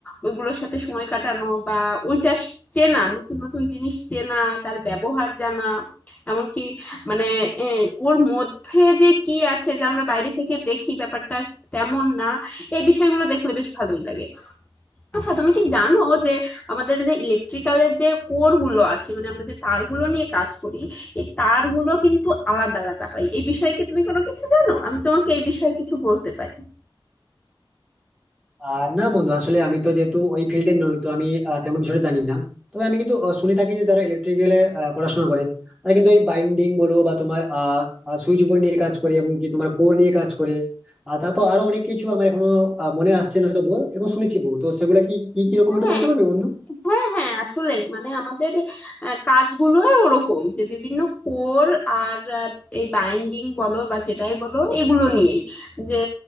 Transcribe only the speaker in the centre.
আহ না বন্ধু আসলে আমি তো যেহেতু ওই ফিল্ডে নই তো আমি আহ, তেমন বিষয়টা জানি না তবে আমি কিন্তু আহ, শুনে থাকি যে যারা ইলেকট্রিক্যালে পড়াশোনা করে তারা কিন্তু এই বাইন্ডিং বলো বা তোমার সুইচ বোর্ড নিয়ে কাজ করে এবং কি তোমার কোর নিয়ে কাজ করে আর তারপর আরো অনেক কিছু আমার এখনো আহ, মনে আসছে না তো বল এরকম শুনেছি বহু তো সেগুলা কি কি কিরকম
একটু বলতে পারবে বন্ধু